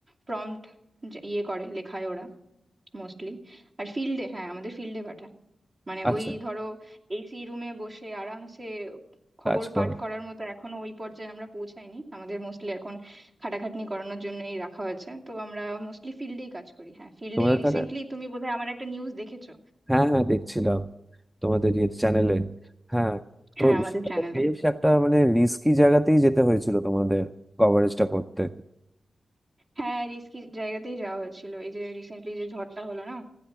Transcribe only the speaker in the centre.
আচ্ছা
কাজ করো
তোমাদের
তাহলে
হ্যাঁ হ্যাঁ দেখছিলাম তোমাদের ইয়ে চ্যানেলে হ্যাঁ তো
সেটা
তো বেশ একটা মানে রিস্কি জায়গাতেই যেতে হয়েছিল তোমাদের কভারেজটা করতে